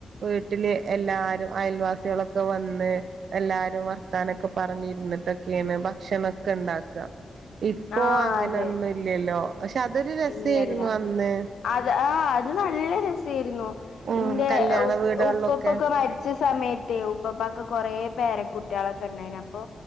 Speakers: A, on the right; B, on the left.
A: വീട്ടില് എല്ലാരും അയൽവാസികളൊക്കെ വന്ന് എല്ലാരും വർത്താനൊക്കെ പറഞ്ഞിരുന്നിട്ടൊക്കെയാണ് ഭക്ഷണംഒക്കെ ഉണ്ടാക്കുക ഇപ്പോ
B: ആഹ്
A: അങ്ങനെ
B: അതെ
A: ഒന്നുംല്ലല്ലോ പക്ഷെ അതൊരു രസായിരുന്നു
B: ഇല്ല ഇല്ല
A: അന്ന്
B: അത് ആഹ് അത് നല്ല രസായിരുന്നു
A: ഉം
B: ഇന്റെ
A: കല്യാണ
B: ഉ
A: വീടുകളിലൊക്കെ
B: ഉപ്പൊപ്പൊക്കെ മരി രിച്ച സമയത്തെ ഉപ്പപ്പാക്ക് കൊറേ പേരെ കുട്ടികളൊക്കെ ഉണ്ടായിന് അപ്പൊ